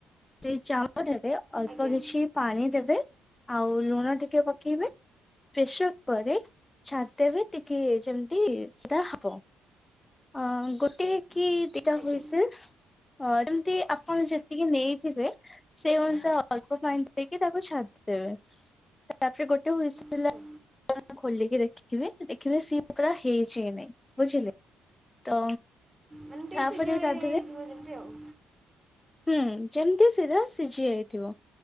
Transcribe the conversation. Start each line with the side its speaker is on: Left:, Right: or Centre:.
Left: ସେଇ ଚାଉଳ ଦେବେ ଅଳ୍ପ
Right: ଆଜ୍ଞା
Left: କିଛି ପାଣି ଦେବେ ଆଉ ଲୁଣ ଟିକେ ପକେଇବେ ପ୍ରେସର୍ କୁକରରେ ଛାଡିଦେବେ ଟିକେ ଯେମିତି ସେଟା ହବ। ଅ ଗୋଟିଏ କି ଦି ଟା
Right: ଆଜ୍ଞା
Left: ହୁଇସିଲ୍ ଅ ଯେମତି ଆପଣ ଯେତିକି ନେଇ ଥିବେ ସେଇ ଅନୁସା ଅଳ୍ପ ପାଣି ଦେଇକି ତାକୁ ଛାଡ଼ିଦେବେ। ତାପରେ ଗୋଟେ ହୁଇସିଲ୍
Right: ଆଚ୍ଛା
Left: ଆ <unintelligible> ଖୋଲିକି ଦେଖିବେ ଦେଖିବେ ସିଏ ପୁରା ହେଇଚି କି ନାଇଁ ବୁଝିଲେ। ତ
Right: ମାନେ
Left: ତାପରେ
Right: ଟିକେ <unintelligible>
Left: ତା ଦେହରେ
Right: ହୁଏ ଯେମିତି ଆଉ।
Left: ହୁଁ ଯେମିତି ସିଧା ସିଜି ଯାଇଥିବ।